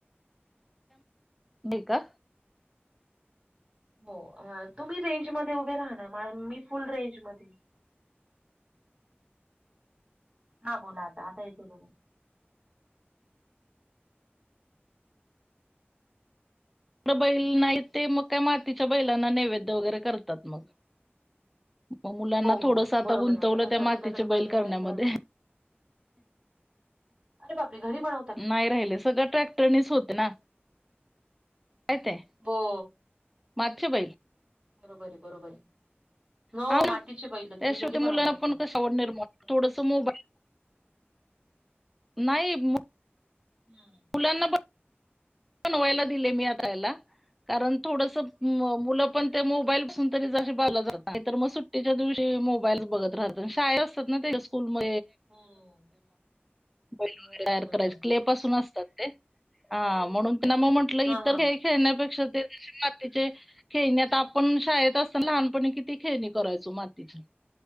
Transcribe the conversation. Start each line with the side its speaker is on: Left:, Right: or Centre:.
Centre: ब का <unintelligible>
Right: हो, तुम्ही रेंज मध्ये उभे राहा ना, मी फुल रेंज मधेय. हा बोला आता, आता येतो बघा.
Centre: बैल नाही, ते मग काय मातीच्या बैलांना नैवेद्य वगैरे करतात मग. मग मुलांना
Right: हो हो
Centre: थोडसं आता
Right: बरोबर
Centre: गुंतवलं
Right: आहे काही
Centre: त्या
Right: प्रत्येकाकडे
Centre: मातीचे
Right: बैले
Centre: बैल करण्यामध्ये.
Right: नाहीच राहिले. अरे बापरे! घरी बनव
Centre: नाही राहिले, सगळं ट्रॅक्टरनीच होतं ना, काय ते
Right: हो.
Centre: मागछे बै
Right: बरोबर आहे, बरोबर य, हो
Centre: हा
Right: मातीचे
Centre: ना
Right: बैलं
Centre: त्याशिवाय
Right: तुम्ही घरी
Centre: ते
Right: बनवतात
Centre: मुलांना पण
Right: का?
Centre: कशी आवड निर्माण थोडसं मोबाई नाही मो
Right: हां.
Centre: <unintelligible> बनवायला दिलंय मी आता ह्याला, कारण थोडसं मुलंपण
Right: हम्म.
Centre: त्या मोबाईल पासून तरी ज बलं जात, नाहीतर मग सुट्टीच्या दिवशी मोबाईलच बघत राहतात, शाळेत असतात ना ते स्कूल म
Right: हो
Centre: बैल
Right: हो
Centre: वगैरे
Right: हो
Centre: तयार
Right: बरोबर
Centre: करायचं, क्ले पासुन असतात ते, आं म्हणून त्यांना मग म्हटलं, इतर
Right: हा हा
Centre: खेळ
Right: हा.
Centre: खेळण्यापेक्षा ते मातीचे खेळणी आता आपण, शाळेत असताना लहानपणी किती खेळणी करायचो मातीची.